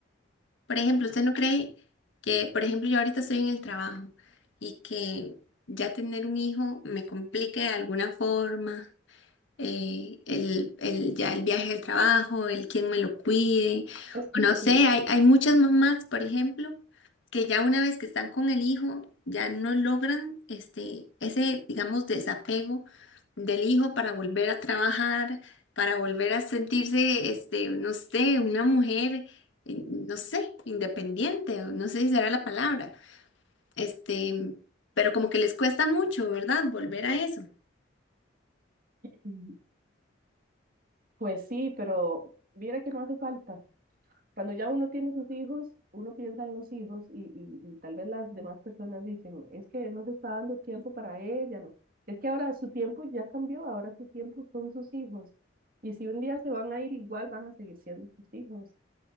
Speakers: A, on the left (about 75°); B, on the right (about 50°).
A: por ejemplo, ¿usted no cree que, por ejemplo, yo ahorita estoy en el trabajo y que ya tener un hijo me complique de alguna forma? eh, el, el- ya el viaje al trabajo, el quién me lo cuide,
B: Es que
A: o no sé,
B: sí,
A: hay, hay muchas mamás, por ejemplo, que ya una vez que están con el hijo, ya no logran este, ese, digamos, desapego del hijo para volver a trabajar, para volver a sentirse, este, no sé, una mujer, eh, no sé, independiente, o no sé si será la palabra, este, pero como que les cuesta mucho, ¿verdad? Volver a eso.
B: Mm, Pues sí, pero mira que no hace falta. cuando ya uno tiene sus hijos, uno piensa en los hijos y, y- y tal vez las demás personas dicen, es que no se está dando tiempo para ella, no. Es que ahora su tiempo ya cambió, ahora su tiempo son sus hijos. Y si un día se van a ir igual, van a seguir siendo sus hijos.